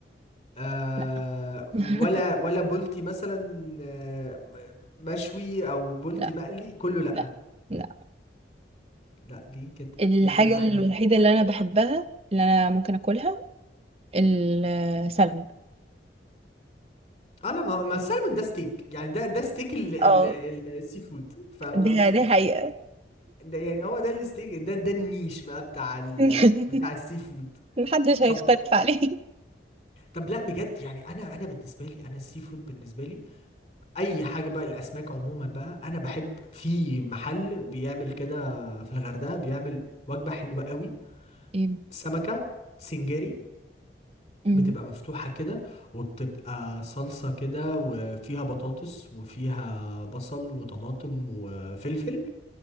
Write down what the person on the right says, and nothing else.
لا
<laughs>
لا
لا لا
الحاجه
الوحيده
اللي انا بحبها اللي انا ممكن اكلها السلمون
اه
ده
ده حقيقه
<laughs>
محدش هيختلف
عليه
ايه
امم